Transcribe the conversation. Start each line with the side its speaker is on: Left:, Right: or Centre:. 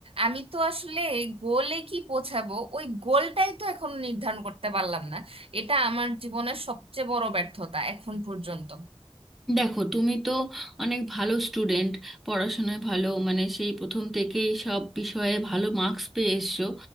Right: আমি তো আসলে গোলে কি পৌঁছাবো ওই গোলটাই তো এখন নির্ধারণ করতে পারলাম না এটা আমার জীবনের সবচেয়ে বড় ব্যর্থতা এখন পর্যন্ত
Centre: দেখো তুমি তো অনেক ভালো স্টুডেন্ট পড়াশোনায় ভালো মানে সেই প্রথম থেকেই সব বিষয়ে ভালো মার্কস পেয়ে এসছো